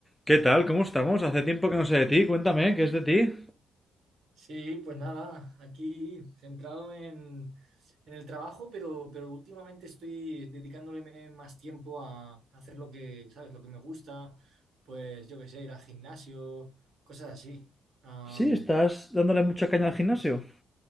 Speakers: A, in the centre; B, on the right (about 60°).
A: ¿Qué tal? ¿Cómo estamos? Hace tiempo que no sé de ti. Cuéntame, ¿qué es de ti?
B: Sí, pues nada, aquí centrado en, en el trabajo, pero, pero últimamente estoy dedicándole más tiempo a, a hacer lo que, ¿sabes? Lo que me gusta, pues yo qué sé, ir al gimnasio, cosas así. Am,
A: Sí, estás dándole mucha caña al gimnasio.